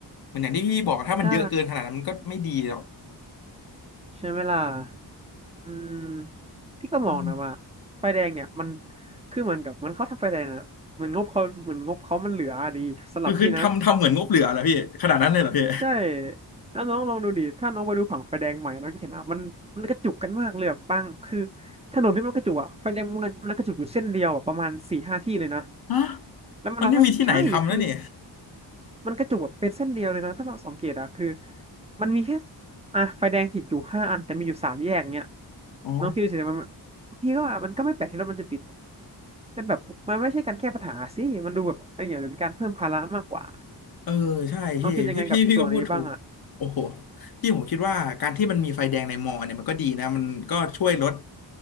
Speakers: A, on the left; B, on the right.
A: เหมือนอย่างที่พี่บอกถ้ามันเยอะเกินขนาดนั้นมันก็ไม่ดีหรอก
B: ใช่ใช่ไหมล่ะอืมพี่ก็มองนะว่า
A: อืม
B: ไฟแดงเนี่ยมันคือเหมือนกับมันเขาทำไฟแดงนะเหมือนงบเขาเหมือนงบเขามันเหลืออะดีสำหรับพี่นะ
A: คือคือทำทำเหมือนงบเหลือเหรอพี่ขนาดนั้นเลยเหรอพี่
B: ใช่แล้วน้องลองดูดิถ้าน้องไปดูผังไฟแดงใหม่น้องเห็นอ่ะมันมันกระจุกกันมากเลยแบบบางคือถนนที่มันกระจุกอ่ะไฟแดงมันมันกระจุกอยู่เส้นเดียวอะประมาณสี่ห้าที่เลยนะ
A: ฮะ
B: แล้วมันทำให้ใช่คือ
A: มันไม่มีที่ไหนทำแล้วนี่
B: มันกระจุกแบบเป็นเส้นเดียวเลยนะถ้าเราสังเกตอ่ะคือมันมีแค่อ่ะไฟแดงติดอยู่ห้าอันแต่มีอยู่สามแยกเนี้ย
A: อ๋อ
B: น้องคิดดูสิมันพี่ก็ว่ามันก็ไม่แปลกที่รถมันจะติดแต่แบบมันไม่ใช่การแก้ปัญหาสิมันดูแบบเป็นอย่างเป็นการเพิ่มภาระมากกว่า
A: เออใช่พี่พี่พี่พี่ก็พูดถูก
B: น้องคิดยังไงกับส่วนนี้บ้างอ่ะ
A: โอ้โหพี่ผมคิดว่าการที่มันมีไฟแดงในมอเนี่ยมันก็ดีนะมันก็ช่วยลด